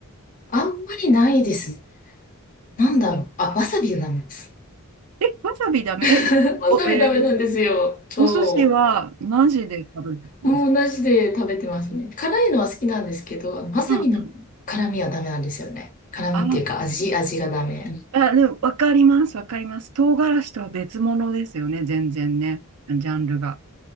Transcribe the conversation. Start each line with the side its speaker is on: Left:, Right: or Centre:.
Left: あんまりないです。なんだろう。
Right: あ
Left: あ、わさびがダメです。
Right: え、わさびダメえ、
Left: <laughs> わさびダメなんですよ。
Right: お、えー
Left: そ
Right: お寿司はマジで食べるってことですか
Left: う。もう同じで食べてますね。辛いのは好きなんですけど、あのわさびの辛みはダメなんですよね。
Right: うんうん。
Left: 辛みっていうか味、
Right: あ、
Left: 味がダメ。うん
Right: あ、でもわかります、わかります。唐辛子とは別物ですよね、全然ね、ジャンルが。